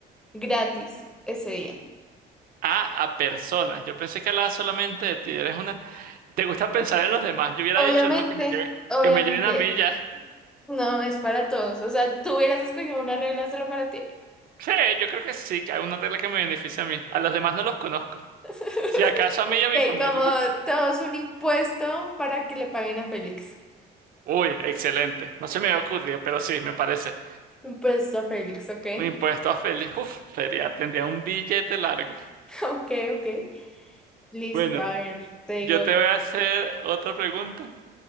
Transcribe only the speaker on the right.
a a personas. Yo pensé que hablaba solamente de ti. Eres una. Te gusta pensar en los demás. Yo hubiera
dicho, no, que me lleven,
que me lleven a mí ya.
Sí, yo creo que sí, que hay una regla que me beneficia a mí. A los demás no los conozco.
Si acaso a mí y a mi
familia.
Uy, excelente. No se me ocurrió, pero sí, me parece.
Un impuesto a Félix. Uf, sería, tendría un billete largo.
Bueno,
Yo te voy a hacer otra pregunta.